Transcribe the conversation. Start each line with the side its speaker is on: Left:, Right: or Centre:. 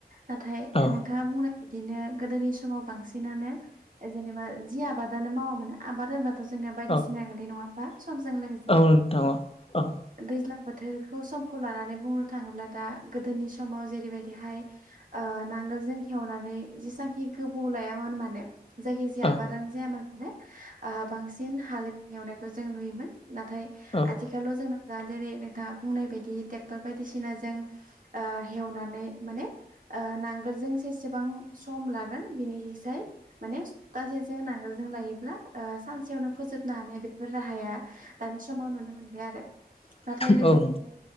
Right: नाथाय
Left: औ
Right: नोंथाङा बुंनाय बिदिनो गोदोनि समाव बांसिनानो जेनेबा जि आबादानो मावामानो आबाद होनबा जोंनाया बायदिसिना
Left: औ
Right: गोगलै नङा होमबा समजों लोगोसे
Left: औ नोंथां औ औ
Right: दैज्लां बो थोरखौ समखौ लानानै बुंनो थाङोब्ला दा गोदोनि समाव जेरैबायदिहाय ओ नांगोल जों हेवनानै जेसां खि गोबौ लायामोन मानो जायखि जाया
Left: औ
Right: आबादानो जायामोन मानो बांसिन ओ हाल एवनायखौ जों नुयोमोन नाथाय
Left: औ
Right: आथिखालाव जोंना दा जेरै नोंथाङा बुंनाय बायदि ट्रेक्टर बायदिसिनाजों ओ हेवनानै माने ओ नांगोलजों जेसेबां सम ला गोन बिनिसाय माने सप्तासेजों नांगोलजों लायोब्ला ओ सानसेयावनो फोजोबनो हानाय बा बेफोर राहाया दानि समाव नुनो मोनबाय आरो नाथाय लोगोसेनो
Left: औ औ